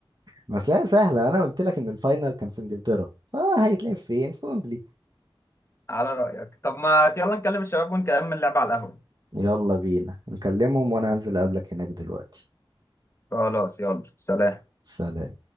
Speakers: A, on the right; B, on the left.
A: بس لا سهله انا قلت لك ان الفاينل كان في انجلترا فهيتلعب فين في ويمبلي
B: <laughs> على رأيك طب ما يلا نكلم الشباب ونكمل اللعب على القهوة
A: يلا بينا نكلمهم وانا هنزل اقابلك هناك دلوقتي
B: خلاص يلا سلام
A: سلام